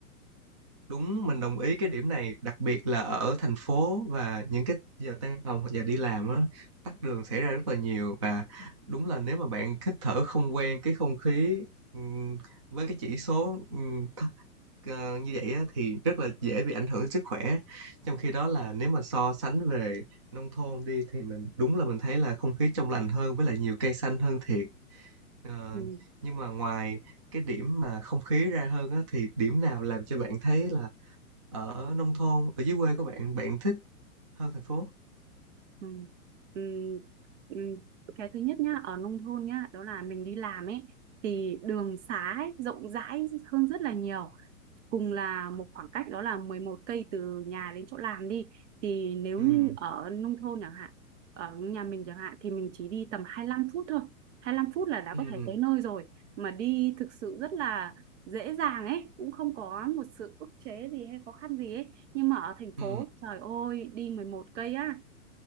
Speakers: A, on the right; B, on the right.
A: Đúng, mình đồng ý cái điểm này, đặc biệt là ở thành phố và những cái giờ tan tầm hoặc giờ đi làm á, tắc đường xảy ra rất là nhiều và đúng là nếu mà bạn hít thở không quen cái không khí ừm, với cái chỉ số ừm, thấp, ờ, như vậy á, thì rất là dễ bị ảnh hưởng đến sức khỏe. Trong khi đó là nếu mà so sánh về nông thôn đi thì mình đúng là mình thấy là không khí trong lành hơn với lại nhiều cây xanh hơn thiệt. Ờ,
B: Ừ.
A: nhưng mà ngoài cái điểm mà không khí ra hơn á, thì điểm nào làm cho bạn thấy là ở nông thôn ở dưới quê của bạn bạn thích hơn thành phố
B: Ừ. Ừ. Ừ. Cái thứ nhất nhá ở nông thôn nhá đó là mình đi làm ấy thì đường xá ấy, rộng rãi hơn rất là nhiều cùng là một khoảng cách đó là 11 cây từ nhà đến chỗ làm đi thì nếu
A: ừ
B: như ở nông thôn chẳng hạn ở nhà mình chẳng hạn thì mình chỉ đi tầm hai lăm phút thôi hai lăm phút là đã
A: ừ
B: có thể tới nơi rồi mà đi thực sự rất là dễ dàng ấy cũng không có một sự ức chế gì hay khó khăn gì ấy nhưng mà ở thành phố
A: ừ
B: trời ơi đi 11 cây á